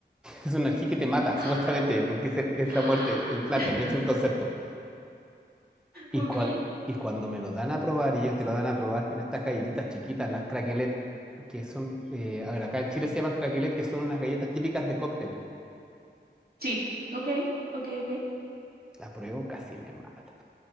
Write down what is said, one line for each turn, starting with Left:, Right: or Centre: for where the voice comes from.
Centre: Es una energía que te mata,
Right: Ah.
Centre: supuestamente, porque es, es la
Right: <gasps>
Centre: muerte, el plata, y ese es el concepto. Y,
Right: Ok.
Centre: cuan- y cuando me lo dan a probar, y ellos te lo dan a probar en estas galletitas chiquitas, las craquelet, que son, eh, a ver, acá en Chile se llaman craquelet, que son unas galletas típicas de cóctel.
Right: Sí, ok, ok, ok. <gasps>
Centre: La pruebo, casi me mata.